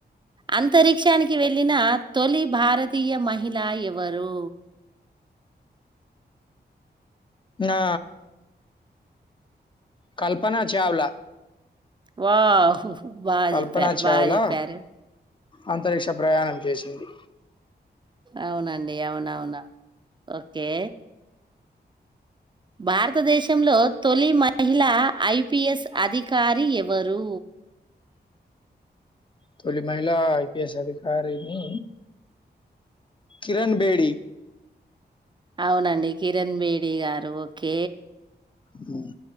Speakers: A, on the right (about 25°); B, on the left (about 30°).
A: అంతరిక్షానికి వె వెళ్ళిన తొలి భారతీయ మహిళా ఎవరు
B: నా కల్పన చావ్లా
A: వావ్ బా
B: కల్పనా
A: జెప్పారు.
B: చావ్లా
A: బా జెప్పారు.
B: అంతరిక్ష ప్రయాణం చేసింది
A: అవునండి అవునఅవును ఓకే భారతదేశంలో తొలి మహిళా ఐపీఎస్ అధికారి ఎవరు
B: తొలి మహిళా ఐపీస్ అధికారిని కిరణ్ బేడి
A: అవునండి కిరణ్ బేడి గారు ఓకే
B: హుమ్